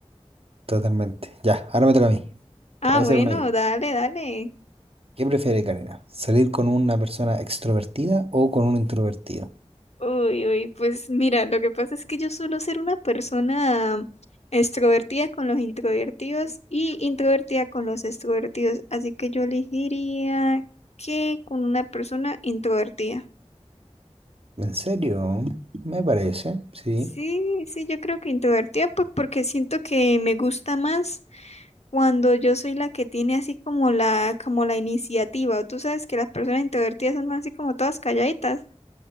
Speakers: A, on the right; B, on the left.
A: totalmente. Ya, ahora me toca a mí.
B: Ah,
A: Te voy a
B: bueno,
A: hacer una yo.
B: dale, dale.
A: ¿Qué prefiere, Karina? ¿Salir con una persona extrovertida o con un introvertido?
B: Uy, uy, pues mira, lo que pasa es que yo suelo ser una persona extrovertida con los introvertidos y introvertida con los extrovertidos, así que yo elegiría que con una persona introvertida.
A: ¿En serio? Me parece, sí.
B: Sí, sí, yo creo que introvertida, pues porque siento que me gusta más cuando yo soy la que tiene así como la, como la iniciativa. Tú sabes que las personas introvertidas son así como todas calladitas.